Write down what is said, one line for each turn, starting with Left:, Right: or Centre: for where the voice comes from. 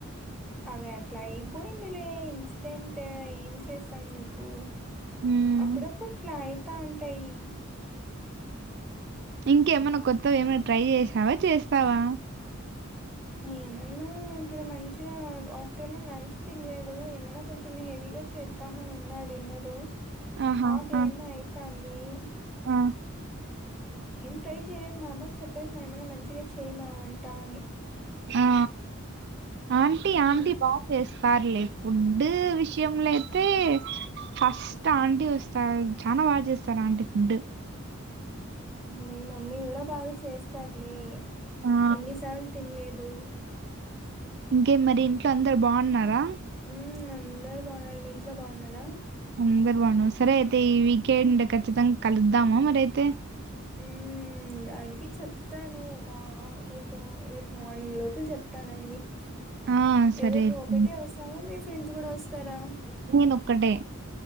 Centre: అదే అట్లా అయిపోయింది లే ఇన్సిడెంట్ ఏం చేసాం చెప్పు
Right: ఉమ్.
Centre: అప్పుడ పట్లా చెతా ఉంటాయి
Right: ఇంకేమైన్నా కొత్తవ ఏమైనా ట్రై చేసావా చేస్తావా
Centre: ఏమన్నా ఇప్పుడు మంచిగా ఆఫ్టర్నూన్ లంచ్ తినలేదు ఏమన్నా కొంచెం హెవీగా చేద్దామని ఉన్నా డిన్నర్
Right: ఆహా!
Centre: ఆకలేమో
Right: ఆ!
Centre: అయితాంది ఈ
Right: ఆ!
Centre: ట్రై చేయలేదు మా అమ్మకు చెప్పేసిన ఏమైనా మంచిగా చెయ్ మా వంటా అని
Right: ఆ ఆంటీ
Centre: హ్మ్,
Right: ఆంటీ బాగా చేస్త పార్లే ఫుడ్ విషయంలో అయితే ఫస్ట్ ఆంటీ వస్తు చ చానా బాగా చేస్తారుా అంటి ఫుడ్
Centre: మీ మమ్మీ కూడా బాగా చేస్తారులే
Right: ఆ!
Centre: ఎన్ని సార్లు తినలేద్ దు
Right: ఇంకే మరి ఇంట్లో అందరు బాగున్నారా
Centre: ఉ అందరు బాగున్నారు మీ ఇంట్లో బాగున్నడా
Right: అందరు బాను సరే అయితే ఈ వీకెండ్ ఖచ్చితంగా కలుద్దామా మరి అయితే
Centre: ఉ అడిగి చెప్తాను ఒక ఒక రేపు మార్నింగ్ లోపల చెప్తాను అడిగి
Right: ఆ! సరే
Centre: ఎవరు
Right: అయితే.
Centre: ఒకటే వస్తామా మీ ఫ్రెండ్స్ కూడా వస్తారా
Right: నీనొక్కటే